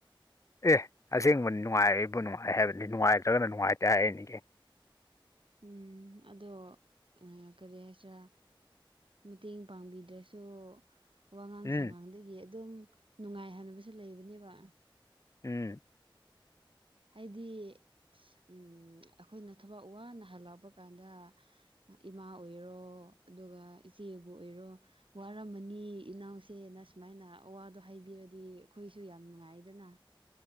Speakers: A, on the left; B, on the right.
A: ꯑꯦ ꯑꯁꯦꯡꯕ ꯅꯨꯡꯉꯥꯏꯕꯨ ꯅꯨꯡꯉꯥꯏ ꯍꯥꯏꯕꯅꯤ ꯅꯨꯡꯉꯥꯏꯇ꯭ꯔꯒꯅ ꯅꯨꯡꯉꯥꯏꯇꯦ ꯍꯥꯏꯔꯤꯅꯤ ꯀꯩꯅꯣ
B: ꯎꯝ ꯑꯗꯣ ꯑ ꯀꯔꯤ ꯍꯥꯏꯁꯤꯔ ꯃꯇꯦꯡ ꯄꯥꯡꯕꯤꯗ꯭ꯔꯁꯨ ꯋꯥꯉꯥꯡ
A: ꯎꯝ
B: ꯁꯉꯥꯡꯗꯒꯤ ꯑꯗꯨꯝ ꯅꯨꯡꯉꯥꯏꯍꯕꯁꯨ ꯂꯩꯕꯅꯦꯕ
A: ꯎꯝ
B: ꯍꯥꯏꯗꯤ ꯎꯝ ꯑꯩꯈꯣꯏꯅ ꯊꯕꯛ ꯋꯥꯅ ꯍꯜꯂꯛꯄ ꯀꯥꯟꯗ ꯏꯃꯥ ꯑꯣꯏꯔꯣ ꯑꯗꯨꯒ ꯏꯆꯦꯕꯨ ꯑꯣꯏꯔꯣ ꯋꯥꯔꯝꯃꯅꯤ ꯏꯅꯥꯎꯁꯦ ꯑꯁꯨꯃꯥꯏꯅ ꯑꯋꯥꯗꯣ ꯍꯥꯏꯕꯤꯔꯗꯤ ꯑꯩꯈꯣꯏꯁꯨ ꯌꯥꯝ ꯅꯨꯡꯉꯥꯏꯗꯅ